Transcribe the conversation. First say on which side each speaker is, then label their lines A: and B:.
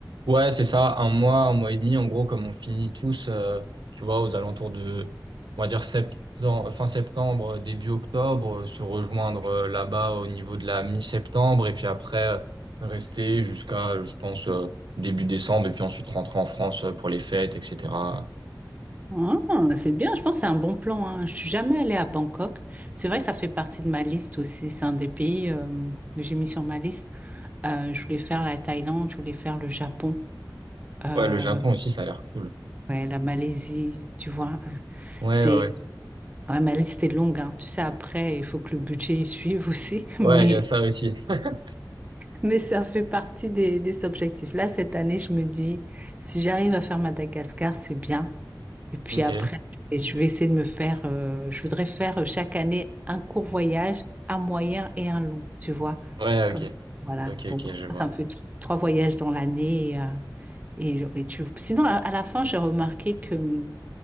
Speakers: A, on the right; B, on the right.
A: Ouais, c'est ça, un mois, un mois et demi, en gros, comme on finit tous, euh, tu vois, aux alentours de, on va dire, septem- fin septembre, début octobre, euh, se rejoindre euh, là-bas au niveau de la mi-septembre, et puis après, euh, rester jusqu'à, je pense, euh, début décembre, et puis ensuite rentrer en France euh, pour les fêtes, etc.
B: Ouais. Ah, c'est bien, je pense que c'est un bon plan, hein. Je suis jamais allée à Bangkok. C'est vrai, ça fait partie de ma liste aussi. C'est un des pays euh, que j'ai mis sur ma liste. Euh, je voulais faire la Thaïlande, je voulais faire le Japon, euh,
A: Ouais, le Japon aussi, ça a l'air cool.
B: ouais, la Malaisie, tu vois.
A: Ouais,
B: C'est,
A: ouais, ouais,
B: ouais, ma liste est longue, hein. Tu sais, après, il faut que le budget y suive aussi, <laughs> mais,
A: Ouais, il y a ça aussi. <laughs>
B: mais ça fait partie des, des objectifs. Là, cette année, je me dis, si j'arrive à faire Madagascar, c'est bien. Et puis
A: Ok,
B: après, et je vais essayer de me faire, euh, je voudrais faire euh, chaque année un court voyage, un moyen et un long, tu vois.
A: ouais,
B: Comme,
A: ok,
B: voilà.
A: ok,
B: Donc,
A: ok, je vois.
B: ça, ça me fait t- trois voyages dans l'année. Et, euh, et je- et tu... Sinon, à, à la fin, j'ai remarqué que hum,